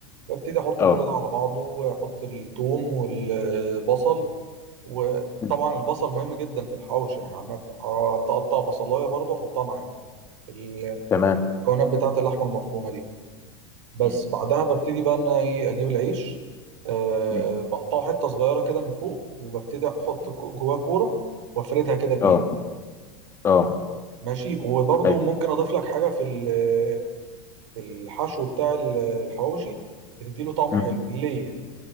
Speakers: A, on the right; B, on the left.
A: ببتدي احط
B: اه
A: كل ده على بعضه واحط الثوم والبصل وطبعا
B: مم.
A: البصل مهم جدا في الحواوشي يعني عامه أقطع بصلايه برضه احطها معاه في
B: تمام
A: المكونات بتاعه اللحمه المفرومه دي بس
B: مم.
A: بعدها ببتدي بقى ان انا ايه اجيب العيش أه
B: مم.
A: بقطعه حته صغيره كده من فوق وببتدي احط
B: مم.
A: كو- جواه كوره وافردها كده بايدي
B: اه اه
A: ماشي وبرضو
B: اي
A: ممكن اضيف لك حاجه في ال- في الحشو بتاع ال- الحواوشي بتدي له طعم
B: مم.
A: حلو الليه